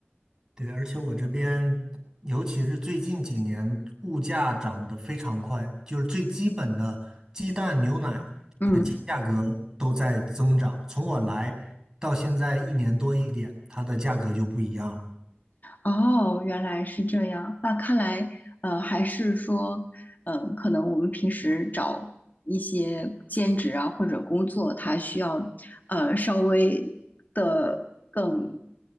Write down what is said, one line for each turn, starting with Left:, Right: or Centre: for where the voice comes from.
Right: 对，而且我这边，尤其是最近几年，物价涨得非常快，就是最基本的鸡蛋、牛奶的价格都在增长。
Left: 嗯。
Right: 从我来到现在一年多一点，它的价格就不一样了。
Left: 哦，原来是这样。那看来，呃，还是说，嗯、可能我们平时找一些兼职啊或者工作，它需要，呃，稍微的更，